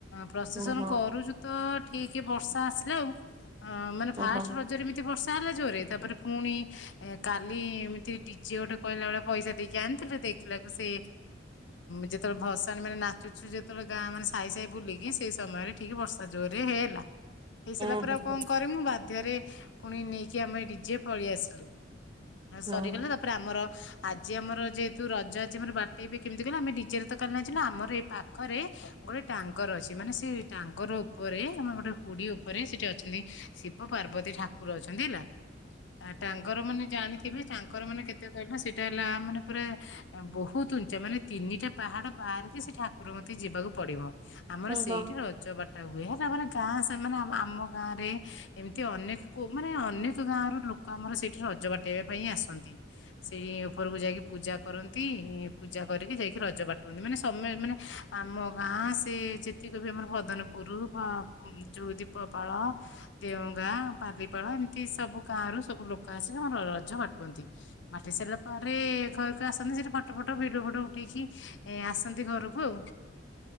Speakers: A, on the left; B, on the right.
A: ପ୍ରସେସନ
B: ଓହୋ
A: କରୁଛୁ ତ ଠିକ ବର୍ଷା ଆସିଲେ ଆଉ ଅ ମାନେ ଫାଷ୍ଟ
B: ଓହୋ
A: ରଜରେ ଏମିତି ବର୍ଷା ବର୍ଷା ହେଲା ଜୋର ରେ ତାପରେ ପୁଣି କାଲି ଏମିତି ଡିଜେ ଗୋଟେ କହିଲା ବଳିଆ ପଇସା ଦେଇକି ଆଣିଥିଲୁ ଦେଖିଲାକୁ ସେ ଯେତେବେଳେ ଭସାଣ ମାନେ ନାଚୁଛୁ ଯେତେବେଳେ ଗାଁ ମାନେ ସାଇ ସାଇ ବୁଲିକି ସେଇ ସମୟରେ ଠିକ ବର୍ଷା ଜୋରରେ ହେଏଲା। ଏଇସଲା
B: ଓହୋ
A: ପୁର କଣ କରେ ମୁଁ ବାର ମଧ୍ୟରେ ପୁଣି ନେଇକି ଆମେ ଡିଜେ ପଳେଇ ଆସିଲୁ
B: ଓହୋ।
A: ସରିଗଲା ତାପରେ ଆମର ଆଜି ଆମର ଯେହେତୁ ରଜ ଆଜି ଆମର ବାଟେଇବେ କେମିତି କହିଲ ଆମେ ଡିଜେ ରେ ତ କାଲି ଆଥିଲୁ ଆମର ଏଇ ପାଖରେ ଗୋଟେ ଟାଙ୍ଗର ଅଛି ମାନେ ସେଇ ଟାଙ୍ଗର ଉପରେ ଆମର ଗୋଟେ ହୁଡି ଉପରେ ସେଠି ଅଛି, ଶିବ ପାର୍ବତୀ ଠାକୁର ଅଛନ୍ତି ହେଲା ଆ ତାଙ୍କର ମାନେ ଜାଣି ତବେ ତାଙ୍କର ମାନେ କେତେ କହିଲା ସେଇଟା ହେଲା ମାନେ ପୁରା ବହୁତ ଉଞ୍ଚା ମାନେ ତିନିଟା ପାହାଡ ବାହାରିକି ସେ ଠାକୁର ମଧ୍ୟେ ଯିବାକୁ ପଡିବ ଆମର
B: ଓହୋ
A: ସେଇଠି ରଜ ବାାର୍ତ୍ <inaudible> ତା ବୁ ତା ଗାଁ ସେମାନେ ଆମ <inaudible> ଗାଁରେ ଏମିତି ଅନେକ ମାନେ ଅନେକ ଗାଁ ର ଲୋକ ଆମର ସେଇଠି ରଜ ବାଟେଇବା ପାଇଁ ଆସନ୍ତି, ସେଇଠି ଉପରକୁ ଯାଇକି ପୂଜା କରନ୍ତି ପୂଜା କରିକି ଯାଇକି ରଜ ବାଟନ୍ତି ମାନେ ସମୟ ମାନେ ଆମ ଗାଁ ସେ ଯେତିକ ବି ଆମର ପଦନପୁର ଯୋଉ ଦୀପ ପଳ ଦେଓଗା ବାଲିପାଳ ଏମିତି ସବୁ ଗାଁ ରରୁ ସବୁ ଲୋକ ଆସିକି ଆମର ରଜ ବାଟୁନ୍ତି ବାଟି ସାରିଲା ପରେ ଘରକୁ ଆସନ୍ତି ସେଠି ଫଟୋ ଫଟ ଭିଡିଓ ଫଟ ଉଠେଇକି ଏ ଆସନ୍ତି ଘରକୁ ଆଉ